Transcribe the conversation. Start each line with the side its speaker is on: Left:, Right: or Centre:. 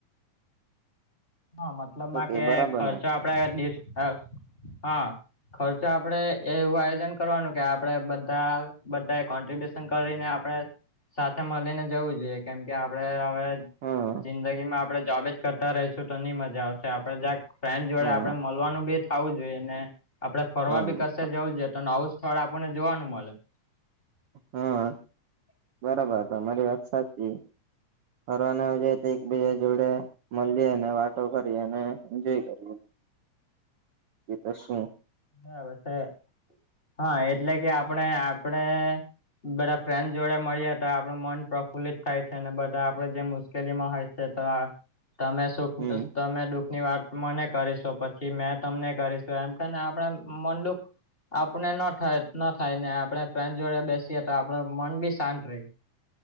Left: હા મતલબમાં
Right: શું
Left: કે
Right: બરાબર
Left: ખર્ચો
Right: ને
Left: આપડે <unintelligible> ખર્ચો આપડે એવું આયોજન કરવાનું કે આપડે બધા બધા <unintelligible> કરીને આપણે સાથે મળીને જવું જોઈએ કેમ કે આપડે હવે
Right: હા
Left: જિંદગી માં આપડે જોબેજ કરતા રહીશું તો નહી મજા આવશે આપડે <unintelligible> ફ્રેન્ડ જોડે
Right: હા
Left: આપડે મળવાનું બી થવું જોઈએ ને આપડે ફરવા
Right: હમ
Left: બી કશે જવું જોઈએ આવું સ્થળ આપણને જોવાનું મળે <inaudible>
Right: હા બરાબર તમારી વાત સાચી ફરવાના જાય તો એકબીજા જોડે મલીએ અને વાતો કરી અને એન્જોય કરી કે તો શું?
Left: બરાબર છે હા એટલે કે આપણે આપડે બધા ફ્રેન્ડ જોડે મળ્યા હતા આપડ મન પ્રફુલ્લિત થાય છે અને બધા આપડે જેમ મુ કેલીમાં હોય છે તો આ તમે સુખ
Right: હમ
Left: તમે દુઃખ ની વાત મને કરીશો પછી મે તમને કરીશું એમ કેને આપડે આમ મનદુઃખ આપણે ન થાય ન થાય ને આપણે ફ્રેન્ડ જોડે બેસીએ તો આપૂડ મન બી શાંત રહે.